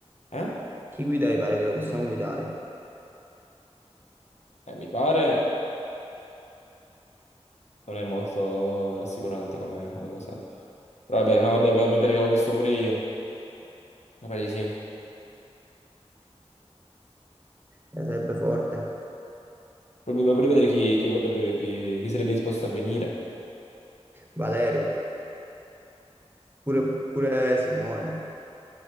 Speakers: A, on the left; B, on the right.
A: Eh?
B: Chi guida i pare che lo possiamo guidare?
A: Eh, mi pare non è molto rassicurante come, come cosa. Però vabbè, no, vabbè, mi pare che avevo visto pure io. Mi pare di sì.
B: Eh, Sarebbe forte.
A: Vorrebbe pure vedere chi, chi vorrebbe, chi, chi sarebbe disposto a venire.
B: Valerio, pure, pure Simone,